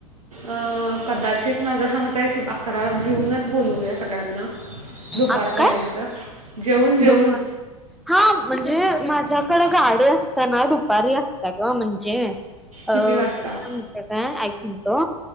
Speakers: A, on the right; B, in the centre.
A: अअ कदाचित माझ अस मत हाय की बा फराळ घेऊनच बोलवूया सगळ्यांना दुपारपर्यंत,
B: आक्का
A: अग काय जेवून जेवून
B: दुपार हा म्हणजे माझ्याकडं गाडी असत्या ना दुपारी असत्या ग म्हणजे अ
A: किती वाजता
B: किती म्हणत, काय ऐक म्हणतो.